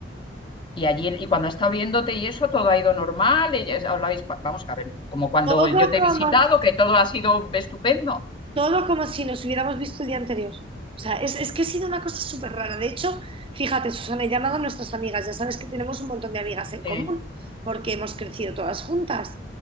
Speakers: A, on the left (about 25°); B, on the right (about 30°).
A: Y allí, y cuando ha estado viéndote y eso, todo ha ido normal, y ya hablabais, pa- vamos a ver, como cuando
B: Todo
A: yo te
B: como
A: he visitado, que todo ha sido estupendo.
B: Todo como si nos hubiéramos visto el día anterior. O sea, es, es que ha sido una cosa súper rara. De hecho, fíjate, Susana, he llamado a nuestras amigas. Ya sabes que tenemos un montón de amigas en
A: Sí,
B: común porque hemos crecido todas juntas.